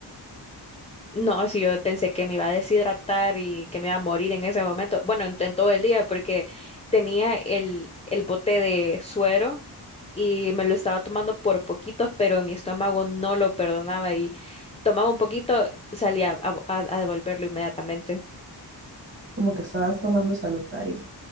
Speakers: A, on the left; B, on the right.
A: No, si yo pensé que me iba a deshidratar y que me iba a morir en ese momento. Bueno, en, en todo el día, porque tenía el, el bote de suero y me lo estaba tomando por poquitos, pero mi estómago no lo perdonaba y tomaba un poquito, salía a, a- a devolverlo inmediatamente.
B: como que estabas tomando salutario.